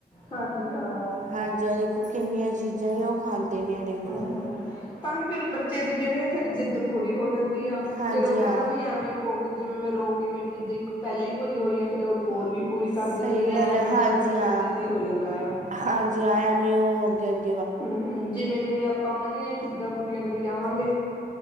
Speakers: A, on the left; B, on the right.
A: ਹਾਂਜੀ ਹਾਂ।
B: ਹਾਂਜੀ ਦੇਖੋ ਕਿੰਨੀਆਂ ਚੀਜ਼ਾਂ ਹੀ ਉਹ ਖਾਂਦੇ ਨੇ। ਦੇਖ
A: ਹਮ
B: ਲਓ
A: ਹਮ ਤਾਂ ਹੀ ਫੇਰ ਬੱਚੇ ਦੀ ਜਿਹੜੀ ਆ ਫੇਰ ਜਿੱਦ ਪੂਰੀ ਹੋ ਜਾਂਦੀ ਆ,
B: ਹਾਂਜੀ
A: ਫੇਰ ਉਹ ਕਹਿੰਦਾ
B: ਹਾਂ
A: ਵੀ ਐਵੇਂ ਹੋ ਜਿਵੇਂ ਮੈਂ ਰੋ ਕੇ ਮੇਰੀ ਜਿੱਦ ਇੱਕ ਪਹਿਲੀ ਪੂਰੀ ਹੋਈ ਹੈ ਫਿਰ ਉਦੋਂ ਹੋਰ ਵੀ ਪੂਰੀ ਕਰ
B: ਸਹੀ
A: ਦਿੰਦੇ ਨੇ
B: ਗੱਲ
A: ਐ
B: ਹੈ ਹਾਂਜੀ
A: ਬਚ ਬੱਚਾ
B: ਹਾਂ
A: ਜਿੱਦੀ ਹੋ ਜਾਂਦਾ ਆ।
B: ਹਾਂਜੀ ਐ ਮੀ ਹੋਰ ਅੱਗੇ-ਅੱਗੇ
A: ਹੂੰ-ਹੂੰ ਜਿਵੇਂ-ਜਿਵੇਂ ਆਪਾਂ ਉਹਨਾਂ ਦੀਆਂ ਜਿੱਦਾਂ ਪੂਰੀਆਂ ਕਰੀ ਜਾਵਾਂਗੇ